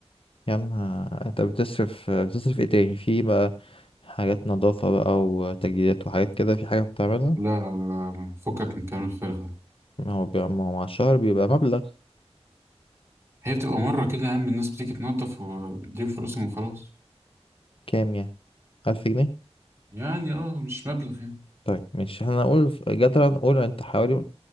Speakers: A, on the left; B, on the right.
A: يا عم ه- انت بتصرف بتصرف ايه تاني في بقى حاجات نظافة بقى وتجديدات وحاجات كده في حاجة بتعملها
B: لا لا لا فكك من الكلام الفارغ ده
A: ما هو بيبقى ما هو مع الشهر بيبقى مبلغ
B: هي بتبقى مرة كده يا عم الناس بتيجي تنظف وبتديهم فلوسهم وخلاص
A: كام يعني ألف جنيه
B: يعني اه مش مبلغ يعني
A: طيب ماشي هنقول جدلا نقول انت حوالي